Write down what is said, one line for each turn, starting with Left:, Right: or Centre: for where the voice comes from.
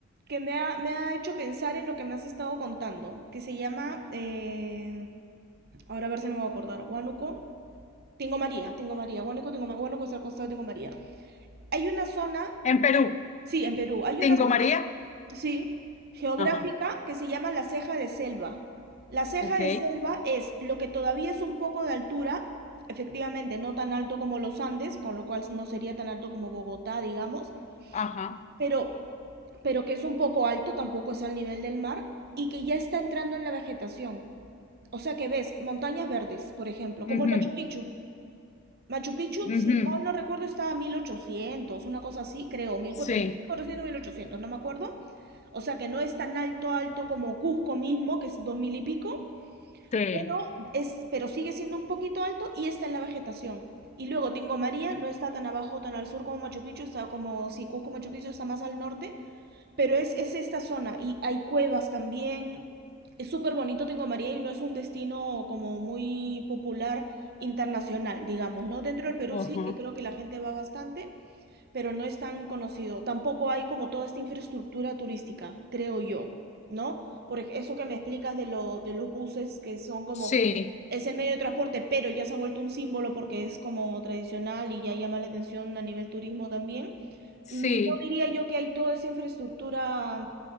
Right: que me ha, me ha hecho pensar en lo que me has estado contando, que se llama, eh, ahora a ver si no me voy a acordar, Huánuco, Tingo María, Tingo María, Huánuco, Tingo María, Huánuco es al costado de Tingo María. Hay una zona,
Left: en Perú,
Right: sí, en Perú, hay
Left: Tingo
Right: una zona,
Left: María,
Right: sí, geográfica
Left: ajá,
Right: que se llama la ceja de selva. La ceja
Left: ok,
Right: de selva es lo que todavía es un poco de altura, efectivamente no tan alto como los Andes, con lo cual no sería tan alto como Bogotá, digamos,
Left: ajá,
Right: pero pero que es un poco alto, tampoco es al nivel del mar, y que ya está entrando en la vegetación. O sea que ves montañas verdes, por ejemplo,
Left: mhm,
Right: como el Machu Picchu. Machu Picchu,
Left: mhm,
Right: si mal no recuerdo, estaba a 1800, una cosa así, creo, 1400,
Left: sí,
Right: 1800, no me acuerdo. O sea que no es tan alto, alto como Cusco mismo, que es 2000 y pico,
Left: sí,
Right: pero, es, pero sigue siendo un poquito alto y está en la vegetación. Y luego Tingo María no está tan abajo, tan al sur como Machu Picchu, está como, si Cusco Machu Picchu está más al norte, pero es, es esta zona y hay cuevas también. Es súper bonito Tingo María y no es un destino como muy popular internacional, digamos, ¿no? Dentro del Perú
Left: ajá,
Right: sí, que creo que la gente va bastante, pero no es tan conocido. Tampoco hay como toda esta infraestructura turística, creo yo, ¿no? Por ej- eso que me explicas de, lo, de los buses que son como,
Left: sí,
Right: es el medio de transporte, pero ya se ha vuelto un símbolo porque es como tradicional y ya llama la atención a nivel turismo también.
Left: sí,
Right: No diría yo que hay toda esa infraestructura